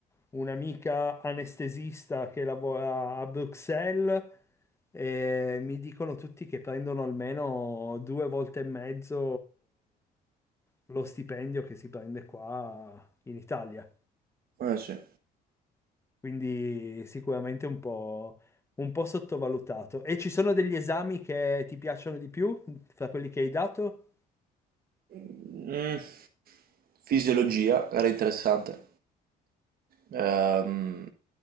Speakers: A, on the left; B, on the right.
A: un'amica anestesista che lavora a Bruxelles e mi dicono tutti che prendono almeno due volte e mezzo lo stipendio che si prende qua in Italia.
B: eh, sì.
A: Quindi sicuramente un po', un po' sottovalutato. E ci sono degli esami che ti piacciono di più fra quelli che hai dato?
B: Mm, fisiologia era interessante. Ehm,